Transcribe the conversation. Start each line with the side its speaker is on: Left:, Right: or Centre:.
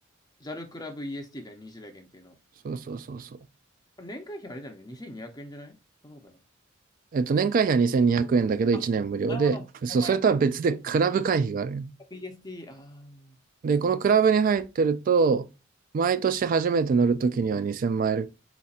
Left: ジャルクラブ EST だよ、20代限定の。
Right: そうそうそうそう。
Left: これ年会費あれじゃない ?2200 円じゃないそんなことない。
Right: えっと、年会費は2200円だけど1年無料で、
Left: あ、なるほど。
Right: そう、
Left: ほんまや。
Right: それとは別でクラブ会費がある
Left: ちょっと EST、ああ、うん。
Right: で、このクラブに入ってると、毎年初めて乗るときには2000マイル、